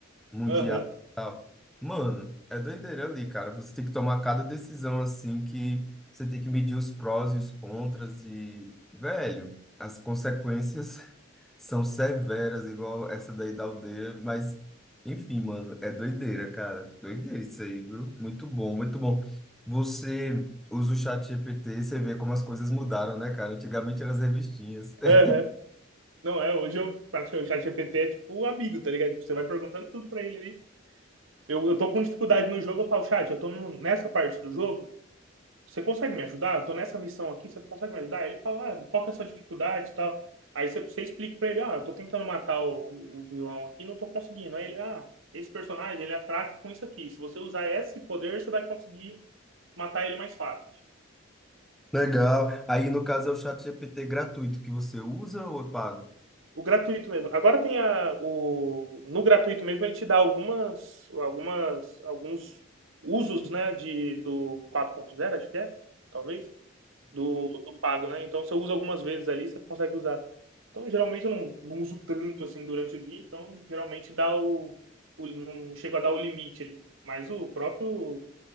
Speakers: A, in the centre; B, on the right.
A: mundial.
B: Aham,
A: e tal. Mano, é doideira ali, cara. Você tem que tomar cada decisão assim que você tem que medir os prós e os contras e, velho, as consequências <laughs> são severas, igual essa daí da aldeia, mas enfim, mano, é doideira, cara. Doideira isso aí, viu? Muito bom, muito bom. Você usa o chat GPT e você vê como as coisas mudaram, né, cara? Antigamente eram as revistinhas. <laughs>
B: aham. Não, é, hoje eu, praticamente, o chat GPT é tipo o amigo, tá ligado? Tipo, você vai perguntando tudo pra ele ali. Eu, eu tô com dificuldade no jogo, eu falo, chat, eu tô no- nessa parte do jogo, você consegue me ajudar? Eu tô nessa missão aqui, você consegue me ajudar? Aí Ele fala, ah, qual que é a sua dificuldade e tal. Aí você, você explica pra ele, ah, eu tô tentando matar o, o vilão aqui, e não tô conseguindo. Aí ele, ah, esse personagem, ele é fraco com isso aqui. Se você usar esse poder, você vai conseguir matar ele mais fácil.
A: Legal. Aí, no caso, é o chat GPT gratuito que você usa ou é pago?
B: O gratuito mesmo. Agora tem a, o, no gratuito mesmo, ele te dá algumas, algumas, alguns usos, né, de, do quatro ponto zero acho que é, talvez. do, do pago, né? Então você usa algumas vezes ali, você consegue usar. Então geralmente eu não, não uso tanto assim durante o dia, então geralmente dá o, o não chego a dar o limite ali. Mas o próprio